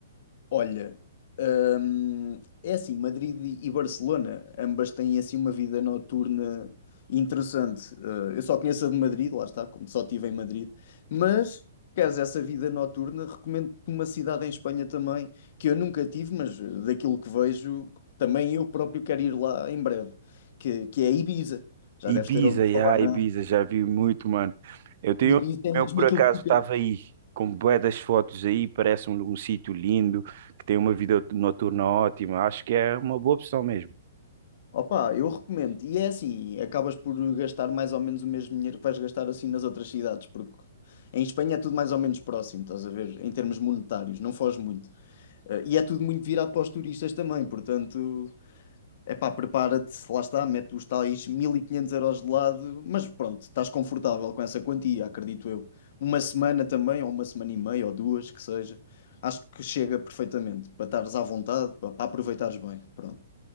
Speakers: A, on the left; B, on the right.
A: Olha, hum, é assim, Madrid e e Barcelona, ambas têm assim uma vida noturna interessante. Eh, eu só conheço a de Madrid, lá está, como só estive em Madrid. Mas, se queres essa vida noturna, recomendo-te uma cidade em Espanha também, que eu nunca tive, mas eh, daquilo que vejo, também eu próprio quero ir lá em breve, que, que é Ibiza. Já
B: Ibiza,
A: deves ter ouvido
B: yeah,
A: falar na
B: Ibiza, já vi muito, mano. Eu tenho,
A: Ibiza, é
B: eu
A: mesmo
B: por
A: aquilo
B: acaso
A: que tu queres.
B: estava aí, com bué das fotos aí, parece um, um sítio lindo, que tem uma vida noturna ótima, acho que é uma boa opção mesmo.
A: Opa, eu recomendo. E é assim, acabas por gastar mais ou menos o mesmo dinheiro que vais gastar assim nas outras cidades, porque em Espanha é tudo mais ou menos próximo, estás a ver? Em termos monetários, não foge muito. Eh, E é tudo muito virado para os turistas também, portanto, é pá, prepara-te, lá está, mete os tais 1500 euros de lado, mas pronto, estás confortável com essa quantia, acredito eu. Uma semana também, ou uma semana e meia, ou duas, que seja. Acho que chega perfeitamente, para estares à vontade, para para aproveitares bem, pronto.